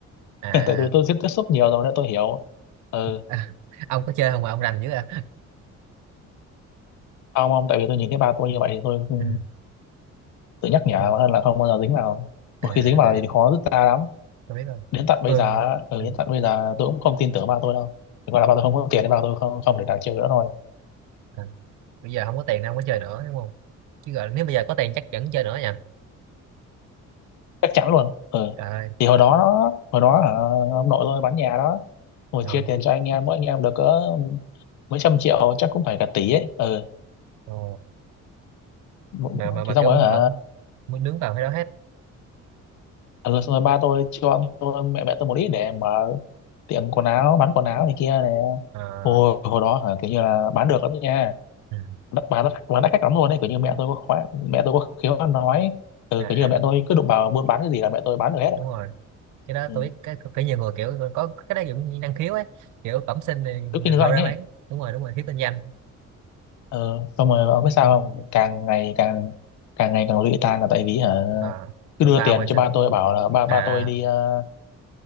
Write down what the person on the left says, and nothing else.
<laughs> tại tôi tôi tiếp tiếp xúc nhiều rồi nên tôi hiểu ừ
ông ông tại vì tôi nhìn thấy ba tôi như vậy thì tôi ừ,
tự nhắc nhở
hơn là không bao giờ dính vào một
khi dính vào
thì khó dứt ra lắm
đến tận bây
giờ á, ừ,
đến tận bây giờ tôi cũng không tin tưởng ba tôi đâu chỉ gọi là ba tôi không có tiền nên ba tôi không không để đặt chơi nữa thôi
chắc chắn luôn ừ
thì hồi đó hồi đó hả, ông nội tôi bán nhà đó Hồi
chia tiền cho anh em mỗi anh em được cỡ mấy trăm triệu chắc cũng phải cả tỷ ấy ừ
Mỗ-
mỗ-
thì xong
rồi hả
ừ, xong rồi ba tôi cho tôi mẹ mẹ tôi một ít để mở tiệm quần áo bán quần áo này kia này
hồi hồi đó hả kiểu như là bán được lắm nha
đắt bán đắt bán đắt khách lắm luôn ấy kiểu như mẹ tôi có khóa, mẹ tôi có khéo ăn nói ừ,
kiểu như là mẹ tôi cứ đụng vào buôn bán cái gì là mẹ tôi bán được hết ấy.
ừ.
cứ kinh doanh
ấy
ừ. xong rồi ông biết sao không càng ngày càng càng ngày càng lụy tan là tại vì hả
cứ
đưa
tiền
cho
ba tôi bảo là ba
ba tôi đi ờ,